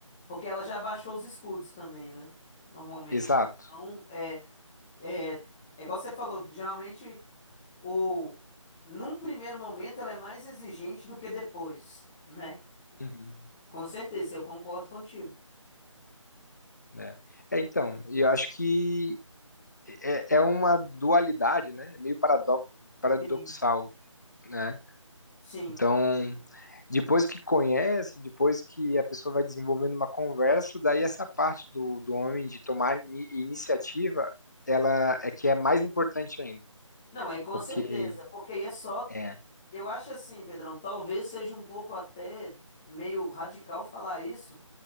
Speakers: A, in the centre; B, on the left (about 35°).
A: Porque ela já baixou os escudos também, né? Normalmente.
B: Exato.
A: Então, é. É, é igual você falou, geralmente o num primeiro momento ela é mais exigente do que depois, né?
B: Uhum.
A: Com certeza, eu concordo contigo.
B: né? É, então, e eu acho que é, é uma dualidade, né? É meio paradox- paradoxal,
A: Sim.
B: né?
A: Sim.
B: Então, depois que conhece, depois que a pessoa vai desenvolvendo uma conversa, daí essa parte do, do homem de tomar ni- iniciativa, ela é que é mais importante ainda,
A: Não, é com
B: porque
A: certeza, porque aí é só.
B: é,
A: Eu acho assim, Pedrão, talvez seja um pouco até meio radical falar isso,